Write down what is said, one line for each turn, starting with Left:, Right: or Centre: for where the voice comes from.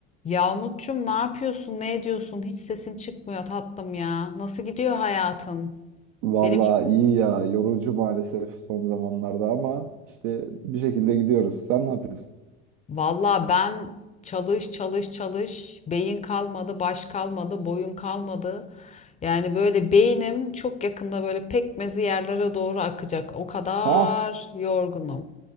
Left: Yahmutçum ne yapıyorsun? Ne ediyorsun? Hiç sesin çıkmıyor tatlım ya. Nasıl gidiyor hayatın?
Right: Vallahi
Left: Benimki
Right: iyi ya. Yorucu maalesef son zamanlarda ama işte bir şekilde gidiyoruz. Sen ne yapıyorsun?
Left: valla ben çalış çalış çalış. Beyin kalmadı, baş kalmadı, boyun kalmadı. Yani böyle beynim çok yakında böyle pekmezi yerlere doğru akacak. O kadar
Right: Ha,
Left: yorgunum.